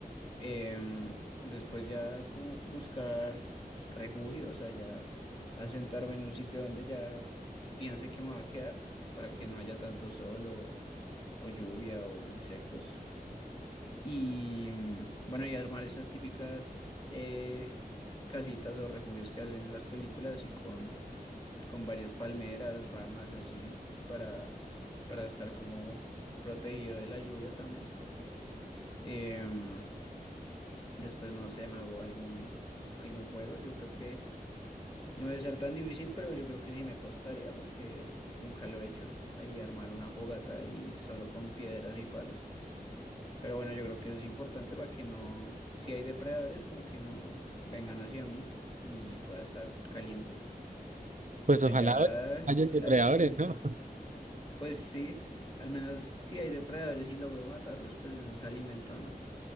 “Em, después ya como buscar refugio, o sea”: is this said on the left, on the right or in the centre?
Left